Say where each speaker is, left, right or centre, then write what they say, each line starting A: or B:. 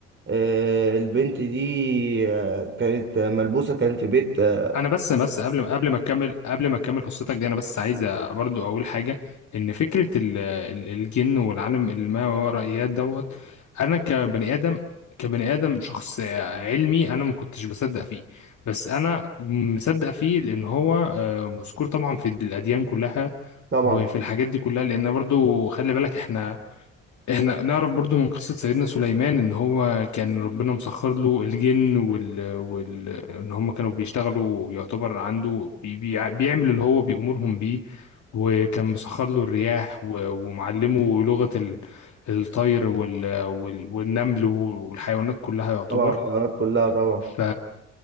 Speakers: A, on the right; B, on the left.
A: آه، البنت دي آه، كانت ملبوسة كان في بيت آه،
B: انا بس بس قبل قبل ما تكمل قبل ما تكمل قصتك دي انا بس عايز برضو اقول حاجه ان فكره ال- ال- الجن والعالم الماورائيات دوت انا كبني ادم كبني ادم شخص علمي انا ما كنتش بصدق فيه بس انا مصدق فيه لان هو آه، مذكور طبعا في الاديان كلها
A: طبعا
B: وفي الحاجات دي كلها لان برضو خلي بالك احنا احنا نعرف برضو من قصة سيدنا سليمان ان هو كان ربنا مسخر له الجن وال... وال... ان هم كانوا بيشتغلوا يعتبر عنده بي... بي... بيعمل اللي هو بيأمرهم بيه وكان مسخر له الرياح و... ومعلمه لغة ال... الطير وال... وال... والنمل والحيوانات كلها يعتبر
A: طبعا الحيوانات كلها طبعا
B: ف...